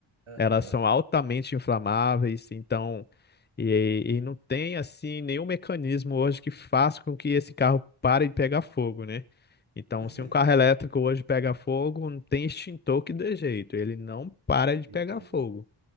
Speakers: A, on the right (about 85°); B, on the left (about 20°).
A: Aham,
B: Elas são altamente inflamáveis, então, e, e não tem assim nenhum mecanismo hoje que faça com que esse carro pare de pegar fogo, né? Então,
A: <laughs>
B: se um carro elétrico hoje pega fogo, não tem extintor que dê jeito, ele não para de
A: entendo.
B: pegar fogo.